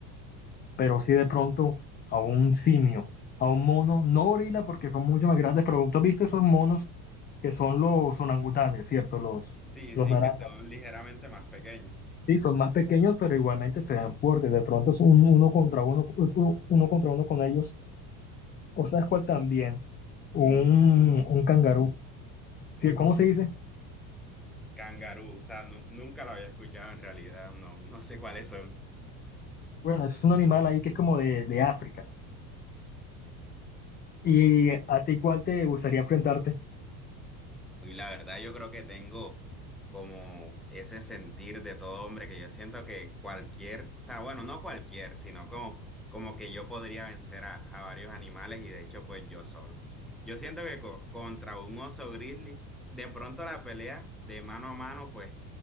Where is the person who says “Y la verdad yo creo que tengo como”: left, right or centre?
Centre